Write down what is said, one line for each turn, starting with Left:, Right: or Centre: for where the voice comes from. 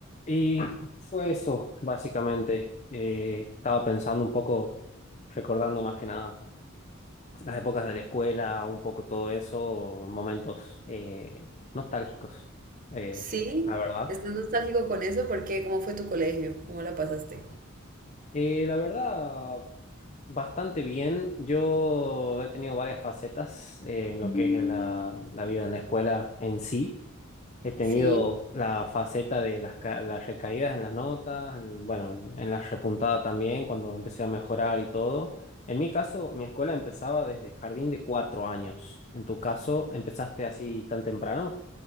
Left: Y fue eso, básicamente. Eh, estaba pensando un poco, recordando más que nada las épocas de la escuela, un poco todo eso, momentos eh, nostálgicos, eh,
Right: Sí,
Left: la verdad.
Right: estás nostálgico con eso porque ¿cómo fue tu colegio? ¿Cómo la pasaste?
Left: Eh, la verdad, bastante bien. Yo he tenido varias facetas eh, en lo que es la, la vida en la escuela en sí. He tenido
Right: Sí.
Left: la faceta de las, ca- las recaídas en las notas, en- bueno, en, en la repuntada también, cuando empecé a mejorar y todo. En mi caso, mi escuela empezaba desde jardín de cuatro años. En tu caso, ¿empezaste así tan temprano?